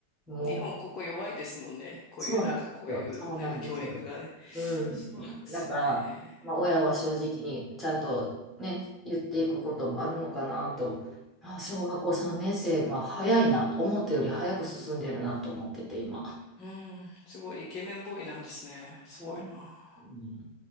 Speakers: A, in the centre; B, on the left.
A: もう、
B: に。日本ここ弱いですもんね。こういうなんかこういうなんか教育がね。
A: そうなんですよ。そうなんですよ。うん。
B: そうなんですよね。
A: だから、まあ、親は正直にちゃんとね、言っていくこともあるのかなと、あ、小学校3年生は早いなと、思ったより早く進んでるなと思ってて、今。
B: うん、すごいイケメンボーイなんですね。すごいな。
A: ねうん